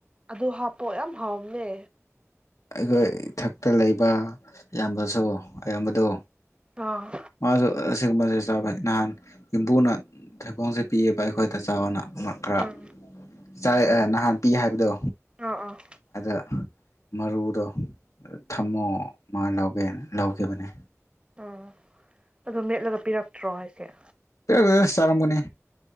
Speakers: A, on the right; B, on the left.
A: ꯑꯗꯨ ꯍꯥꯞꯄꯣ ꯌꯥꯝ ꯍꯥꯎꯕꯅꯦ
B: ꯑꯩꯈꯣꯏ ꯏꯊꯛꯇ ꯂꯩꯕ ꯏꯌꯥꯝꯕꯁꯨ ꯑꯌꯥꯝꯕꯗꯣ
A: ꯑꯥ
B: ꯃꯥꯁꯨ ꯑꯁꯤꯒꯨꯝꯕꯁꯦ ꯆꯕ ꯅꯍꯥꯟ ꯌꯨꯝꯕꯨꯅ ꯊꯩꯕꯣꯡꯁꯦ ꯄꯤꯌꯦꯕ ꯑꯩꯈꯣꯏꯗ ꯆꯥꯎꯑꯣꯅ ꯈꯔ
A: ꯑꯥ
B: ꯆꯥꯏ ꯑꯥ ꯅꯍꯥꯟ ꯄꯤ ꯍꯥꯏꯕꯗꯣ
A: ꯑ ꯑ
B: ꯑꯗꯥ ꯃꯔꯨꯗꯣ ꯊꯝꯃꯣ ꯃꯥ ꯂꯧꯒꯦ ꯂꯧꯈꯤꯕꯅꯦ
A: ꯎꯥ ꯑꯗꯨꯣ ꯃꯦꯠꯂꯒ ꯄꯤꯔꯛꯇ꯭ꯔꯣ ꯍꯥꯏꯁꯦ
B: ꯄꯤꯔꯛꯇꯦꯗ ꯆꯥꯔꯝꯒꯅꯤ